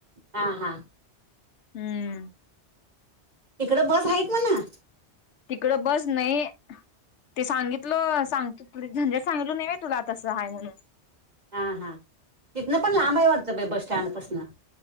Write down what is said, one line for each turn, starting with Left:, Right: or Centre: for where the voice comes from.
Right: हा हा.
Left: हम्म!
Right: तिकडं बस आहेत म्हण.
Left: तिकड बस नाही. ते सांगितलं सांगतो झंझट सांगितलो नाय व्हय तुला तसं आहेय म्हणून.
Right: हा हा तिथनं पण लांब आहे वाटतं बस स्टँडपासन.